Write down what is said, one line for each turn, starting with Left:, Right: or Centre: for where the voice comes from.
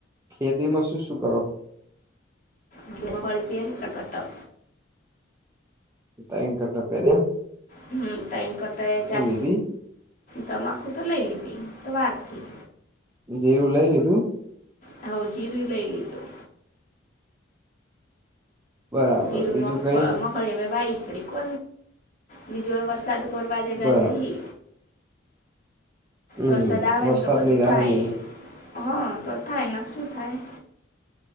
Right: ખેતીમાં શું શું કરો.
Left: મગફળી પેલી તા કરતા.
Right: ત્રણ તટ પેલા.
Left: હમ તમ કટ ચાર
Right: લીધી
Left: તમાકું તો લઈ લીધી તો વાર થી.
Right: જીરુ લઈ લીધું.
Left: હવ જીરુ ય લઈ લીધું.
Right: બરાબર
Left: જીરું
Right: બીજું
Left: મ
Right: કઈ
Left: મગફળી હવે વાઈસ કો બીજું હવે વરસાદ. પડવાની રાહ
Right: બરાબર
Left: જોઈ હિ.
Right: હમ
Left: વરસાદ
Right: હમ
Left: આવે
Right: વરસાદની
Left: ને તો બધું
Right: રાહ
Left: થાય
Right: જોઈએ
Left: હ તો થાય નક શું થાય.